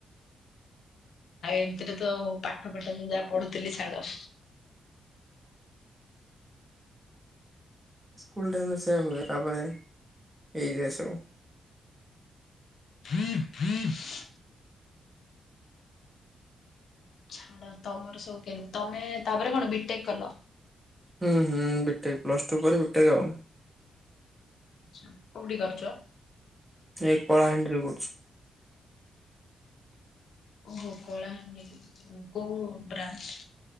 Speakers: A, on the left; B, in the centre.
A: ଆଉ ଏମିତିରେ ତ ପାଠ ଫାଠ ମୁଁ ଯାହା ପଢୁଥିଲି ଛାଡ।
B: ସ୍କୁଲ ଟାଇମ୍ ରେ ସେଇଆ ହୁଏ ତାପରେ ଏଇରା ସବୁ
A: ଫି ଫି <unintelligible> ଛାଡ ତମର ସବୁ କେମତି ତମେ ତାପରେ କଣ ବିଟେକ୍ କଲ?
B: ହୁଁ ହୁଁ ବିଟେକ୍ ପ୍ଲସ୍ଟୁ ପରେ ବିଟେକ୍ ଆଉ।
A: ଆଛା କୋଉଠି କରିଚ?
B: ଏଇ କଳାହାଣ୍ଡିରେ କରୁଚି।
A: ଓହୋ କଳାହାଣ୍ଡିରେ କୋଉ ବ୍ରାଞ୍ଚ?